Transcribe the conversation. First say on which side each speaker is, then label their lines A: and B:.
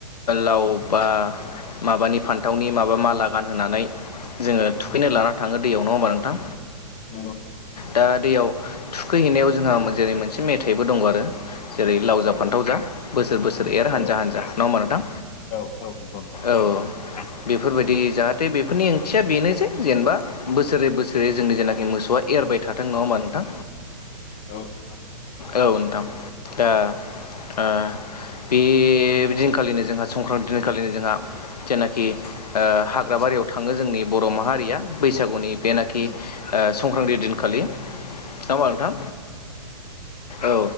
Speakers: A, on the left; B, on the left.
A: लाव बा माबानि फान्थावनि माबा माला गानहोनानै
B: औ
A: जोङो थुखैनो
B: औ
A: लाना थाङो दैयाव नङा होमबा नोंथां?
B: <unintelligible>
A: दा दैयाव थुखैहैनायाव जोंहा जेरै मोनसे मेथाइबो दं आरो। जेरै लाव जा
B: औ
A: फान्थाव
B: नंगौ
A: जा बोसोर बोसोर एर हानजा
B: औ
A: हानजा नङा होमबा नोंथां?
B: औ औ नंगौ नंगौ
A: औ
B: नोंथां।
A: बेफोरबायदि जाहाथे बेफोरनि ओंथिया बेनोसै जेनेबा बोसोरे बोसोरे जोंनि जेनाखि मोसौ आ एरबाय थाथों नङा होमबा नोंथां?
B: औ नोंथां
A: औ नोंथां। दा ओ बे दिनखालिनो जोंहा संक्रान्ति दिनखालिनो जोंहा जेनाखि ओ हाग्रा बा रियाव थाङो जोंनि बर' माहारिया। बैसागुनि जेनाखि
B: औ
A: संक्रान्ति दिनखालि। नामा नोंथां? औ।